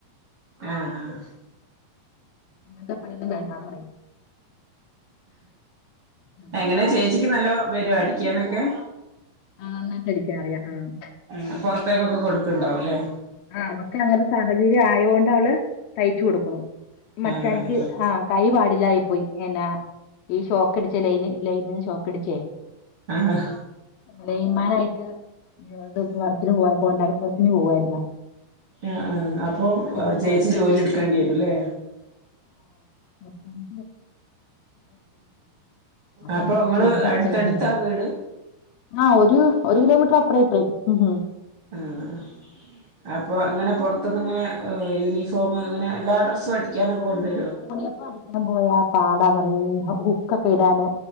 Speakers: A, on the right; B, on the left.
A: ആഹ്
B: അങ്ങനത്തെ പണിയൊന്നും വേണ്ടാന്ന് പറയും. ഉം.
A: എങ്ങനെ ചേച്ചിക്ക് നല്ലോ വരുവോ അടിക്കാനൊക്കെ
B: ആഹ് നന്നായിട്ടടിക്കാനറിയാ ആഹ്
A: ഉം പൊറത്തേക്കൊക്കെ കൊട്ക്കണ്ടാവുല്ലേ
B: ആഹ് അവക്കെ അങ്ങനൊരു സാഹചര്യം ആയോണ്ട് അവള് തയ്ച്ചോടുക്കുണു മച്ചാനക്ക്
A: ആഹ്
B: ആഹ് കൈ പാടില്ലായി പോയി എന്നാ ഈ ഷോക്കടിച്ചേ ലൈന് ലൈനിന്ന് ഷോക്കടിച്ചേ.
A: ആഹ്
B: ലൈൻമാനായിട്ട് യ്യോത് വർക്കിന് പോ കോൺണ്ടാക്ട് വർക്കിന് പോവുവാരുന്നു.
A: അഹ് ആഹ് അപ്പ് പ്പൊ
B: സ്റ്റോപ്പ്
A: ചേച്ചി
B: എടുത്തു
A: ജോലി എടുക്കേണ്ടി വരുംല്ലേ
B: ഉം. അപ്പം
A: അപ്പൊ ങ്ങള്
B: ചേച്ചി
A: അടുത്തടുത്താ
B: തയ്ച്ചെടുക്കും
A: വീട്
B: ആ ഒരു ഒരു കിലോമീറ്റർ അപ്രെ ഇപ്രേ ഉം.
A: ഉം. അപ്പൊ അങ്ങനെ പുറത്തുനിന്ന് ഇങ്ങെ യൂണിഫോം ഇങ്ങനെ എല്ലാ ഡ്രസ്സും അടിക്കാനൊക്കെ കൊണ്ടെ
B: ണിയ പാട് ഞാൻ പോയാ പാടാ മറി ഹുക്കൊക്കെ ഇടാൻ